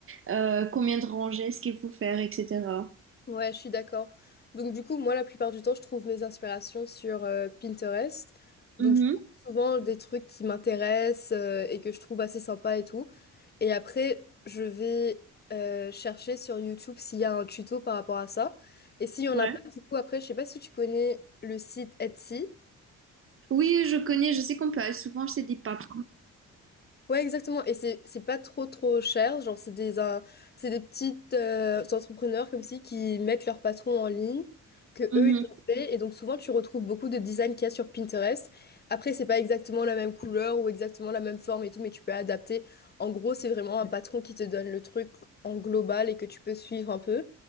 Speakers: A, on the right; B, on the left.
A: euh, combien de rangées est-ce qu'il faut faire, etc.
B: Ouais, je suis d'accord. Donc du coup, moi, la plupart du temps, je trouve mes inspirations sur euh, Pinterest. Donc
A: Mhm,
B: je trouve souvent des trucs qui m'intéressent euh, et que je trouve assez sympa et tout. Et après, je vais euh, chercher sur YouTube s'il y a un tuto par rapport à ça. Et s'il y en
A: ouais.
B: a pas, du coup, après, je sais pas si tu connais le site Etsy.
A: Oui, je connais, je sais qu'on peut souvent acheter des patrons.
B: Ouais, exactement. Et c'est c'est pas trop trop cher. Genre, c'est des, un- c'est des petites euh, entrepreneurs comme si qui mettent leur patron en ligne, que
A: Mhm,
B: eux ils ont fait. Et donc souvent tu retrouves beaucoup de designs qu'il y a sur Pinterest. Après, c'est pas exactement la même couleur ou exactement la même forme et tout, mais tu peux adapter. En gros, c'est vraiment un patron qui te donne le truc en global et que tu peux suivre un peu.